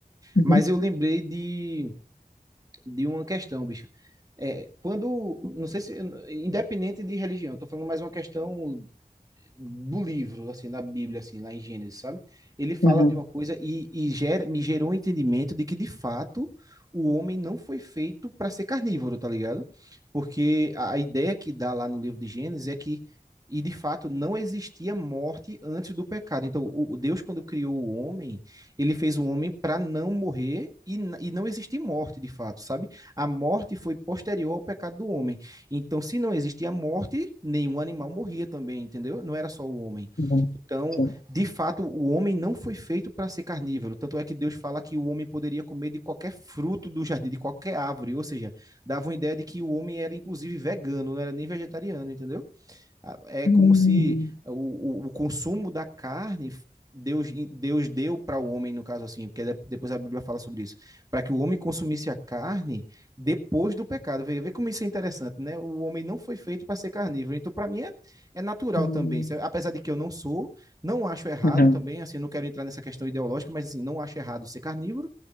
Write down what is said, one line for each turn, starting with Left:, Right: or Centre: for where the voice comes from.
Left: uhum,
Right: Mas eu lembrei de, de uma questão, bicho. É, quando, não sei se, independente de religião, estou falando mais uma questão do livro, assim, da Bíblia, assim, lá em Gênesis, sabe? Ele fala
Left: uhum,
Right: de uma coisa e, e gera, me gerou um entendimento de que, de fato, o homem não foi feito para ser carnívoro, tá ligado? Porque a, a ideia que dá lá no livro de Gênesis é que, e de fato, não existia morte antes do pecado. Então, o, o Deus, quando criou o homem, ele fez o homem para não morrer e, n- e não existir morte, de fato, sabe? A morte foi posterior ao pecado do homem. Então, se não existia morte, nenhum animal morria também, entendeu? Não era só o homem.
Left: uhum,
Right: Então,
Left: sim.
Right: de fato, o homem não foi feito para ser carnívoro. Tanto é que Deus fala que o homem poderia comer de qualquer fruto do jardim, de qualquer árvore. Ou seja, dava uma ideia de que o homem era, inclusive, vegano, não era nem vegetariano, entendeu? É
Left: Uhum,
Right: como se o, o, o consumo da carne Deus, Deus deu para o homem, no caso assim, porque depois a Bíblia fala sobre isso, para que o homem consumisse a carne depois do pecado. Vê, vê como isso é interessante, né? O homem não foi feito para ser carnívoro. Então, para mim, é, é natural
Left: Uhum,
Right: também. Apesar de que eu não sou, não acho errado
Left: uhum,
Right: também, assim, não quero entrar nessa questão ideológica, mas assim, não acho errado ser carnívoro,